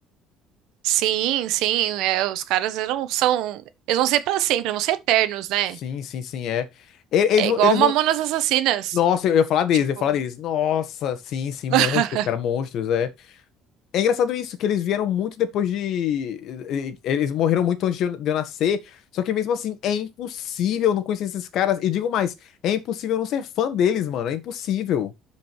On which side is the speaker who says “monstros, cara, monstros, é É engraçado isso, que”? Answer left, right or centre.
Left